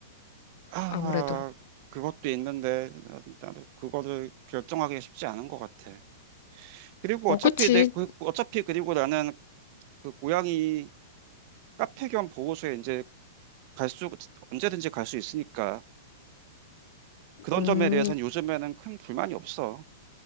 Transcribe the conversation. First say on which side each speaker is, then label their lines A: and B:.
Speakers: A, on the right; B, on the left.
A: 아,
B: 아무래도.
A: 그것도 있는데 나- 나도 그거를 결정하기가 쉽지 않은 것 같아. 그리고
B: 어,
A: 어차피
B: 그치.
A: 내, 그- 어차피 그리고 나는 그 고양이 카페 겸 보호소에 이제 갈 수, 언제든지 갈 수 있으니까 그런
B: 음,
A: 점에 대해서는 요즘에는 큰 불만이 없어.